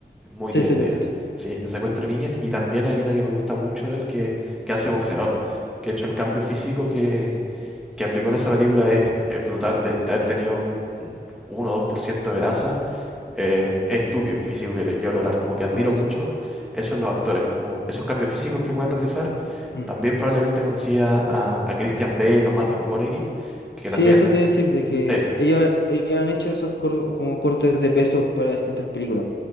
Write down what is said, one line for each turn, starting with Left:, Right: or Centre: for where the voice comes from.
Centre: Muy
Left: sí,
Centre: Sí, divertida,
Left: sí, lo he visto.
Centre: sí. sí, de secuestro de niñas y también hay una que me gusta mucho de él que, que hace boxeador, que de hecho el cambio físico que, que aplicó en esa película es, es brutal, de, de haber tenido un, un 1 o 2% de grasa eh, es estúpido el físico que le- lleva a lograr. Como que admiro
Left: Oh,
Centre: mucho
Left: sí.
Centre: eso en los actores, como esos cambios físicos que pueden realizar.
Left: Mm.
Centre: También probablemente conocía a, a a Christian Bale o Matthew McConaughey, que
Left: Sí,
Centre: también.
Left: eso te iba a decir, de que
Centre: Sí,
Left: ellos, ellos han hecho esos cor- como cortes de pesos para distintas películas.